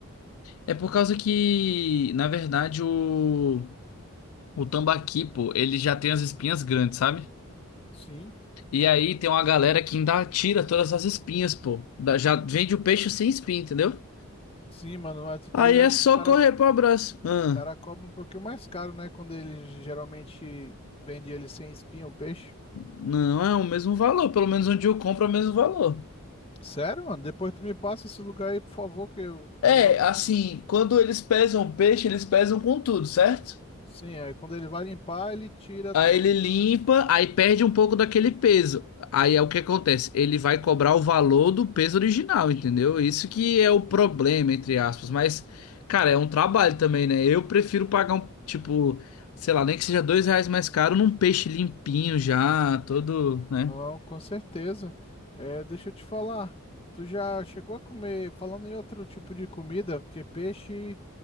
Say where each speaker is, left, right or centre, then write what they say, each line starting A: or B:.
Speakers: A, on the left; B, on the left.
A: É por causa que, na verdade, o, o tambaqui, pô, ele já tem as espinhas grandes, sabe?
B: Sim.
A: E aí tem uma galera que ainda tira todas as espinhas, pô. Da- Já vende o peixe sem espinha, entendeu?
B: Sim, mano. Mas tu tá
A: Aí
B: ligado
A: é só
B: que os cara,
A: correr pro abraço. Ah,
B: os cara cobram um pouquinho mais caro, né? Quando ele geralmente vende ele sem espinha, o peixe.
A: não é o mesmo valor, pelo menos onde eu compro é o mesmo valor.
B: Sério, mano? Depois tu me passa esse lugar aí, por favor, que eu
A: É,
B: geral...
A: assim, quando eles pesam o peixe, eles pesam com tudo, certo?
B: Sim, aí quando ele vai limpar, ele tira tudo.
A: Aí ele limpa, aí perde um pouco daquele peso. Aí é o que acontece, ele vai cobrar o valor do peso original, entendeu? Isso que é o problema, entre aspas. Mas, cara, é um trabalho também, né? Eu prefiro pagar um, tipo, sei lá, nem que seja dois reais mais caro num peixe limpinho já, todo,
B: Não,
A: né?
B: com certeza. É, deixa eu te falar. Tu já chegou a comer, falando em outro tipo de comida, porque peixe